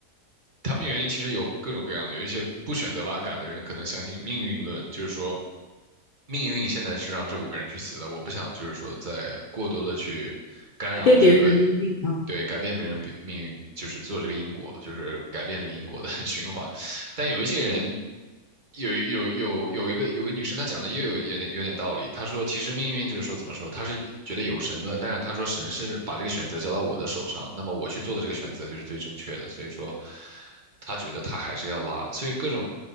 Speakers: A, on the right; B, on the left.
A: 他们原因其实有各种各样的，有一些不选择拉杆的人可能相信命运论，就是说命运现在是让这五个人去死的，我不想就是说再过多的去干扰这个，
B: 改变别人的命运啊，
A: 对，改变别人比命运，就是做这个因果，就是改变这个因果的 <laughs> 循环。但有一些人，有有有有一个有个女生，她讲的也有有点有点道理。她说，其实命运就是说，怎么说？她是觉得有神论，但是她说神是把这个选择交到我的手上，那么我去做的这个选择就是最正确的。所以说，她觉得她还是要拉。所以各种，